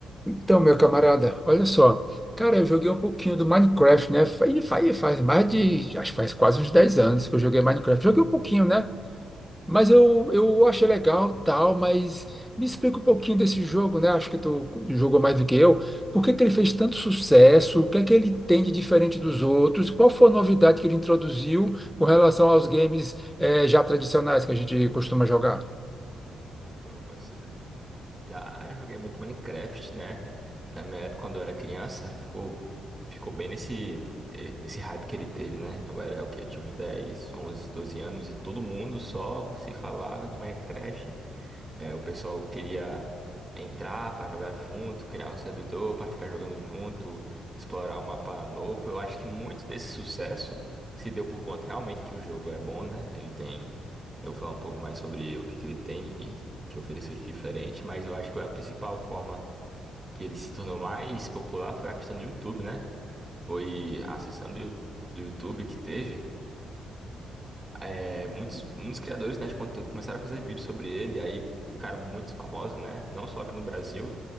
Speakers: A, in the centre; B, on the right (about 25°).
A: Então, meu camarada, olha só. Cara, eu joguei um pouquinho do Minecraft, né? Faz, faz, faz mais de. Acho que faz quase uns 10 anos que eu joguei Minecraft. Joguei um pouquinho, né?
B: Hum,
A: Mas eu, eu achei legal, tal, mas me explica um pouquinho desse jogo, né? Acho que tu jogou mais do que eu. Por que que ele fez tanto sucesso? O que é que ele tem de diferente dos outros? Qual foi a novidade que ele introduziu com relação aos games, eh, já tradicionais que a gente costuma jogar?
B: Opa, meu parceiro. Já eu joguei muito Minecraft, né? Na minha época, quando eu era criança, ficou, ficou bem nesse, eh, nesse hype que ele teve, né? Eu era o quê? Eu tinha uns 10 11, 12 anos e todo mundo só se falava de Minecraft. Eh, o pessoal queria entrar pra jogar junto, criar um servidor pra ficar jogando junto, explorar o mapa novo. Eu acho que muito desse sucesso se deu por conta realmente que o jogo é bom, né? Ele tem. Eu vou falar um pouco mais sobre o que que ele tem e que ofereceu de diferente, mas eu acho que a principal forma que ele se tornou mais popular foi a questão do YouTube, né? Foi a ascensão do, Yu- do YouTube que teve. É, muitos, muitos criadores, né, de conteúdo começaram a fazer vídeos sobre ele, aí ficaram muito famosos, né? Não só aqui no Brasil,